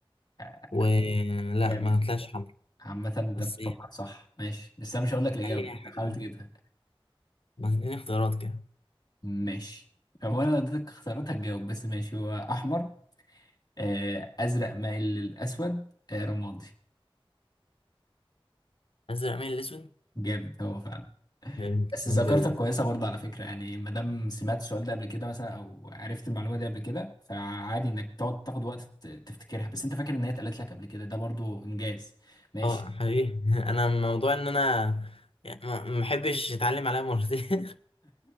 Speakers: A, on the left (about 45°); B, on the left (about 75°).
A: آه،
B: و لا
A: جامد
B: ما طلعش حمرا
A: عامة انت
B: بس
A: بتفكر
B: يعني
A: صح ماشي بس انا مش هقول لك الإجابة
B: خليني
A: انت
B: حاجة
A: حاول تجيبها
B: بس اديني اختيارات كده
A: ماشي هو انا لو اديتك اختيارات هتجاوب بس ماشي هو احمر آه، ازرق مائل للاسود آه، رمادي
B: ازرق مين الاسود
A: جامد هو فعلا
B: فهمت
A: بس
B: الحمد
A: ذاكرتك
B: لله
A: كويسة برضه على فكرة يعني ما دام سمعت السؤال ده قبل كده مثلا او عرفت المعلومة دي قبل كده فعادي انك تقعد تاخد وقت ت- تفتكرها بس انت فاكر ان هي اتقالت لك قبل كده ده برضه انجاز ماشي
B: اه حقيقي <laughs> انا موضوع ان انا يعني ما ما بحبش اتعلم عليها مرتين <laughs>